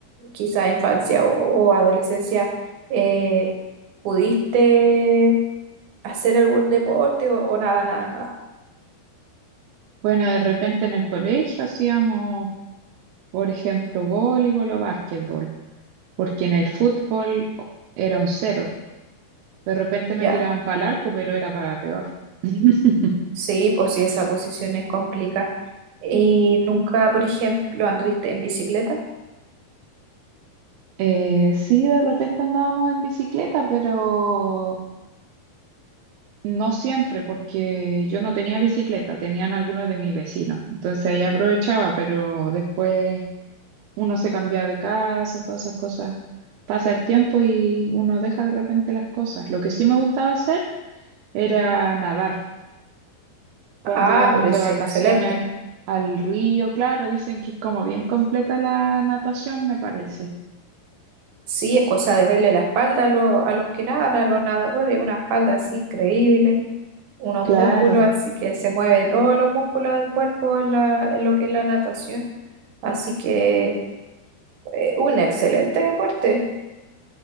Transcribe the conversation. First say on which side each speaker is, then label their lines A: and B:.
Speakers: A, on the right (about 65°); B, on the right (about 85°).
A: quizá infancia o, o adolescencia, eh, pudiste hacer algún deporte o, o nada, nada, nada.
B: Bueno, de repente en el colegio hacíamos, por ejemplo, voleibol o básquetbol, porque en el fútbol era un cero. De repente
A: Ya,
B: me tiraban para el arco, pero era para peor. <laughs>
A: sí, pues sí, esa posición es complicada. ¿Y nunca, por ejemplo, anduviste en bicicleta?
B: Eh, sí, de repente andábamos en bicicleta, pero no siempre, porque yo no tenía bicicleta, tenían algunos de mis vecinos. Entonces ahí aprovechaba, pero después uno se cambia de casa, todas esas cosas. Pasa el tiempo y uno deja de repente las cosas. Lo que sí me gustaba hacer era nadar. Cuando
A: Ah,
B: íbamos
A: pero es
B: de vacaciones
A: excelente.
B: al río, claro, dicen que es como bien completa la natación, me parece.
A: Sí, es cosa de verle la espalda a, lo- a los que nadan, a los nadadores, una espalda así increíble, unos
B: Claro,
A: músculos, así que se mueve todos los músculos del cuerpo en la, en lo que es la natación. Así que eh, un excelente deporte.